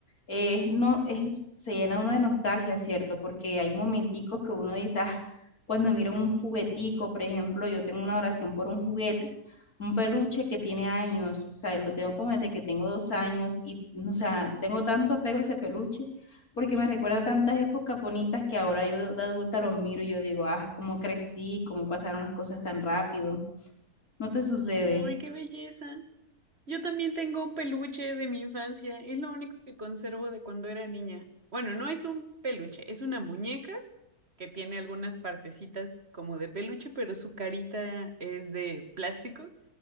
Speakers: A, on the left (about 70°); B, on the right (about 40°).
A: eh, no, es, se llena uno de nostalgia, ¿cierto? Porque hay momenticos que uno dice, ah, cuando miro un juguetico, por ejemplo, yo tengo una oración por un juguete, un peluche que tiene años, o sea, lo tengo como desde que tengo dos años y, o sea, tengo tanto apego a ese peluche porque me recuerda tantas épocas bonitas que ahora yo de de adulta lo miro y yo digo, ah, cómo crecí, cómo pasaron las cosas tan rápido. No te sucede.
B: <laughs> ¡Ay, qué belleza! Yo también tengo un peluche de mi infancia, es lo único que conservo de cuando era niña. Bueno, no es un peluche, es una muñeca que tiene algunas partecitas como de peluche, pero su carita es de plástico